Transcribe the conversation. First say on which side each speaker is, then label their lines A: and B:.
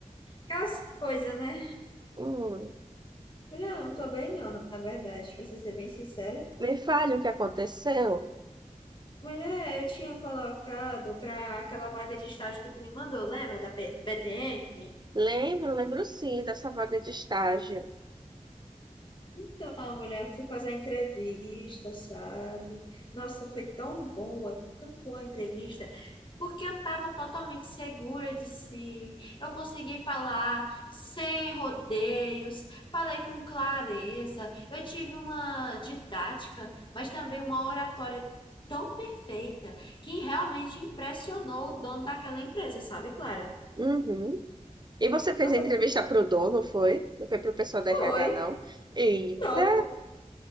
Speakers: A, on the left (about 35°); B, on the right (about 30°).
A: aquelas coisas, né?
B: Hum,
A: Mulher, eu não tô bem não, na verdade, pra você ser bem sincera.
B: me fale o que aconteceu.
A: Mulher, eu tinha colocado pra aquela vaga de estágio que tu me mandou, lembra da P- BTN?
B: Lembro, lembro sim dessa vaga de estágio.
A: Então, a mulher foi fazer a entrevista, sabe? Nossa, foi tão boa, tão boa a entrevista, porque eu estava totalmente segura de si. Eu consegui falar sem rodeios, falei com clareza. Eu tive uma didática, mas também uma oratória tão perfeita que realmente impressionou o dono daquela empresa, sabe, Clara?
B: Uhum. E você fez
A: Nossa,
B: a entrevista pro dono, foi? Não foi pro pessoal da
A: foi.
B: RH, não? Eita!
A: Não,